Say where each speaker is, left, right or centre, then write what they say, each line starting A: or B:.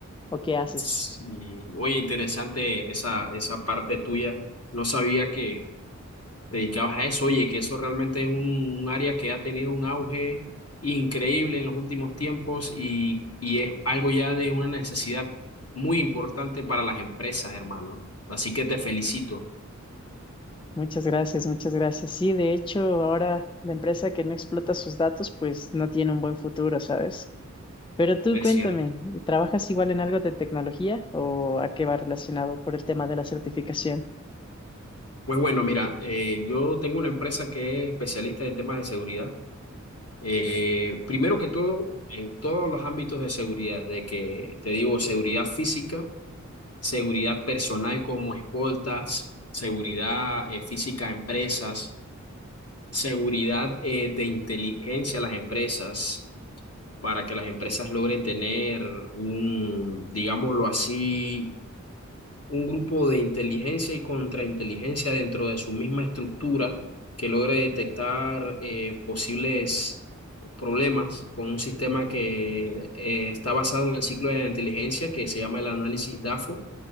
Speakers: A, on the left; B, on the left.
A: o qué haces?
B: Sí. Oye, interesante esa, esa parte tuya. No sabía que te dedicabas a eso. Oye, que eso realmente es un, un área que ha tenido un auge increíble en los últimos tiempos y, y es algo ya de una necesidad muy importante para las empresas, hermano. Así que te felicito,
A: Muchas gracias, muchas gracias. Sí, de hecho, ahora la empresa que no explota sus datos, pues no tiene un buen futuro, ¿sabes? Pero tú
B: es
A: cuéntame,
B: cierto.
A: ¿trabajas igual en algo de tecnología o a qué va relacionado por el tema de la certificación?
B: Pues bueno, mira, eh, yo tengo una empresa que es especialista en temas de seguridad. Eh, primero que todo, en todos los ámbitos de seguridad, de que te digo seguridad física seguridad personal como escoltas, seguridad eh, física a empresas, seguridad eh, de inteligencia a las empresas, para que las empresas logren tener un, digámoslo así, un grupo de inteligencia y contrainteligencia dentro de su misma estructura que logre detectar eh, posibles problemas con un sistema que eh, está basado en el ciclo de la inteligencia que se llama el análisis DAFO